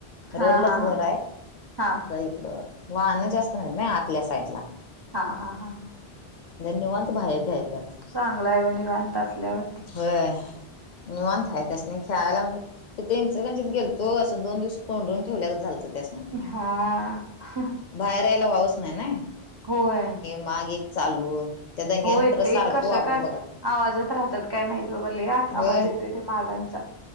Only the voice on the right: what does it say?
हा
हा
हा
हा
हा हा हा हा
चांगला आहे निवांत असल्यावर
हा
होय
होय. ते
कशा
काय
आवाजात राहतात काय माहिती आठ
आवाज येतोथ मागांचा